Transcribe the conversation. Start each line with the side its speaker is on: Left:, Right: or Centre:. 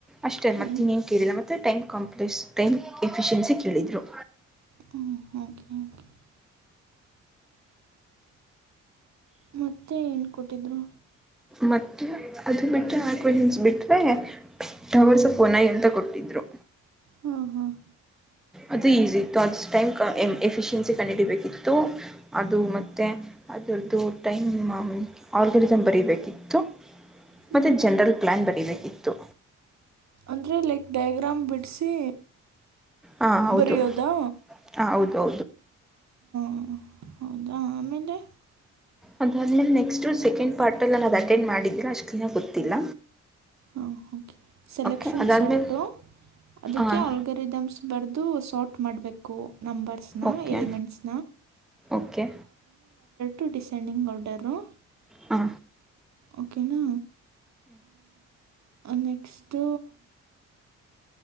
Centre: ಅಷ್ಟೇ
Right: ಹ್ಞೂ
Centre: ಮತ್ತೆನ್ನೇನು ಕೇಳಿಲ್ಲ ಮತ್ತೆ ಟೈಮ್ ಕಾಂಪ್ಲೆಕ್ಸ್ ಟೈಮ್ ಎಫಿಷಿಯೆನ್ಸಿ ಕೇಳಿದರು
Right: ಹ್ಞೂ ಓಕೆ ಓಕೆ ಮತ್ತೆ ಏನ್ ಕೊಟ್ಟಿದ್ರು
Centre: ಮತ್ತು ಅದು ಬಿಟ್ಟರೆೆ ಆಕ್ವೆೇಷನ್ಸ್ ಬಿಟರೆ ಟವರ್ಸ ಫೋನ್ಐ ಅಂತ ಕೊಟ್ಟಿದರು
Right: ಹಾಂ ಹಾಂ
Centre: ಅದು ಈಸಿ ಇತ್ತು ಅದುಷ್ಟ ಟೈಮ್ ಎಫಿಶಿಯನ್ಸಿ ಕಂಡುಿಡಿಬೇಕಿತ್ತು ಅದು ಮತ್ತೆ ಅದರದ್ದು ಟೈಮ್ ಆರ್ಗನಿಸಮ್ ಬರಿೀಬೇಕಿತ್ತು
Right: ಹ್ಞೂ
Centre: ಮತ್ತೆ ಜನರಲ್ ಪ್ಲಾನ್ ಬರೀಬೇಕಿತ್ತು
Right: ಅಂದರೆ ಲೈಕ್ ಡಯ್ಯಾಗ್ರಾಮ್ ಬಿಡಿಸಿ
Centre: ಹಾಂ ಹೌದು
Right: ಬರಯೋದಾ
Centre: ಹಾಂ ಹೌದು
Right: ಹ ಹೌದಾ ಆಮೇಲೆ
Centre: ಅದಾದ್ಮೇಲೆ ನೆಕ್ಸ್ಟು ಸೆಕೆಂಡ್ ಪಾರ್ಟೆಲ್ಲ ನಾನ ಅದು ಅಟೆಂಡ್ ಮಾಡಿದ್ದೀಿಲ್ಲ ಅಷ್ಟು ಕ್ಲಿನಾಗಿ ಗೊತ್ತಿಲ್ಲ
Right: ಹಾ ಓಕೆ ಸೆಲೆಕ್ಷಕ್ಷನ್
Centre: ಓಕೆ ಅದಾದಮೇಲೆ
Right: ಸೋಟು ಅದಕ್ಕೆ
Centre: ಹಾಂ
Right: ಆಲ್ಗರಿದಮ್ಸ್ ಬರೆದು ಸಾರ್ಟ್ ಮಾಡ್ಬೇಕು ಕೂ ನಂಬರ್ಸನ
Centre: okay
Right: elements
Centre: okay
Right: to descending ಪೌಡರು
Centre: ಹಾ
Right: ಓಕೆನಾ ನೆಕ್ಸ್ಟ್